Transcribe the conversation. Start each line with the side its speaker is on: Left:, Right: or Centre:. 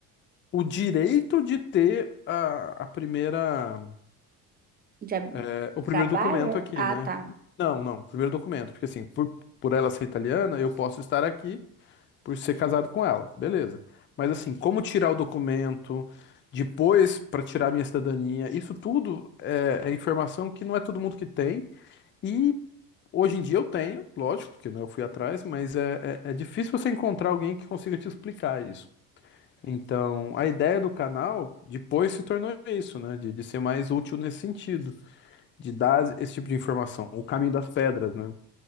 Left: o direito de ter a, a primeira,
Right: de ab-
Left: é, o primeiro
Right: trabalho?
Left: documento aqui,
Right: Ah,
Left: né?
Right: tá.
Left: Não, não, o primeiro documento, porque assim, por, por ela ser italiana, eu posso estar aqui por ser casado com ela, beleza. Mas assim, como tirar o documento, depois para tirar a minha cidadania, isso tudo é, é informação que não é todo mundo que tem. E hoje em dia eu tenho, lógico, porque né, eu fui atrás, mas é, é, é difícil você encontrar alguém que consiga te explicar isso. Então, a ideia do canal depois se tornou isso, né? De, de ser mais útil nesse sentido, de dar esse tipo de informação, o caminho das pedras, né?